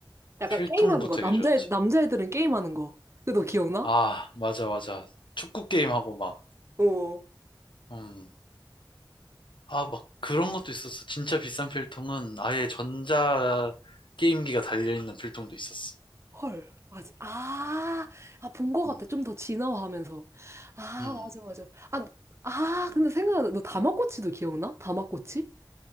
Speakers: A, on the right; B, on the left.
A: 약간
B: 필통도
A: 게임하는 거
B: 되게
A: 남자애
B: 좋았지.
A: 남자애들은 게임하는 거. 그거 너 기억나?
B: 아, 맞아, 맞아. 축구 게임하고 막,
A: 어.
B: 음. 아, 막 그런 것도 있었어. 진짜 비싼 필통은 아예 전자 게임기가 달려있는 필통도 있었어.
A: 헐. 아직 아, 아, 본 것
B: 음,
A: 같아. 좀 더 진화하면서. 아,
B: 음.
A: 맞아, 맞아. 아, 아, 근데 생각나. 너 다마꼬치도 기억나? 다마꼬치?